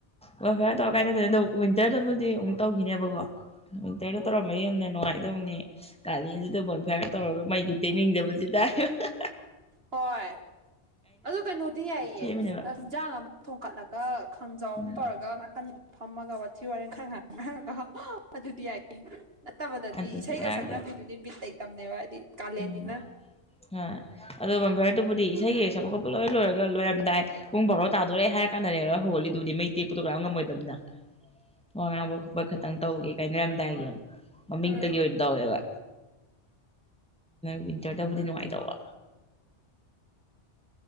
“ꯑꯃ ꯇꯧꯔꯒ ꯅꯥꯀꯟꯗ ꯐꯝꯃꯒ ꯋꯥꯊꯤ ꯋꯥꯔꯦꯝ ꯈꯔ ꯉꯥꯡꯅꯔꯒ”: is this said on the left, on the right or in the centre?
Right